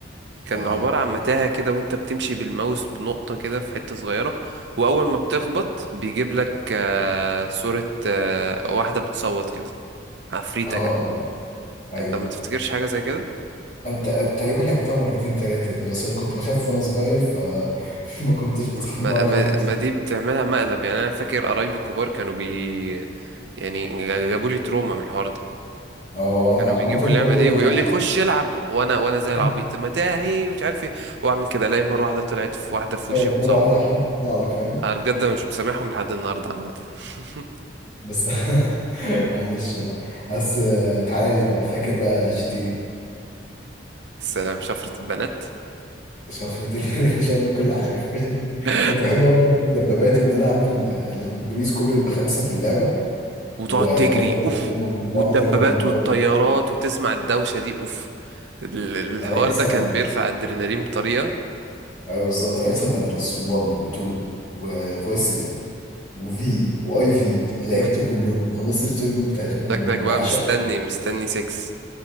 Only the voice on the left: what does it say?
اه
اه
اه اه.
ايوه
انت تقريبا لعبتها مرتين ثلاثه دي بس أنا كنت بخاف وانا صغير ف <laughs> ما كنتش بت-
بقعد
عليها كتير
اه اه. انا
عامه
برضو
لما
<laughs>
خايف
مره واحده حد يطلع لك فاهم
بس <laughs> معلش بقى بس آه، تعالى لي بقى فاكر بقى جي تي إيه؟
شفت ال- <laughs> شفت كل حاجه فاكر شفت-
كنت بحب قوي شفت الدبابات وان انا اعمل ال- البوليس كله يبقى خمسه في اللعبه
و-
وافضل
اهرب منهم واقعد
اضربهم بقى
و-
انا لعبت سان
اندريس
ايوه بالظبط انا لعبت سان اندريس و1 و2 وفايس سيتي وفي واي في لعبت
كلهم خلصت الستوري مود بتاعتهم كلهم
بعشقهم